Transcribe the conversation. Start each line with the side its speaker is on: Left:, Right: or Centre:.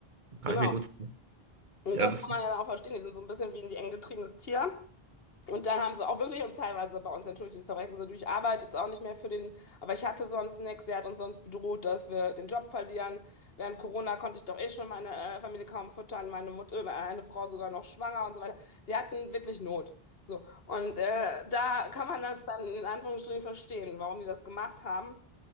Right: Kann
Left: Genau.
Right: ich mir gut vorstellen.
Left: Und
Right: Ja,
Left: das
Right: das
Left: kann man ja dann auch verstehen. Die sind so ein bisschen wie ein eng getriebenes Tier. Und dann haben sie auch wirklich uns teilweise bei uns entschuldigt, das Verbrechen so, du, ich arbeite jetzt auch nicht mehr für den, aber ich hatte sonst nichts, der hat uns sonst bedroht, dass wir den Job verlieren. Während Corona konnte ich doch eh schon meine äh, Familie kaum füttern, meine Mutter, eine Frau sogar noch schwanger und so weiter. Die hatten wirklich Not. So. Und äh, da kann man das dann in Anführungsstrichen verstehen, warum die das gemacht haben.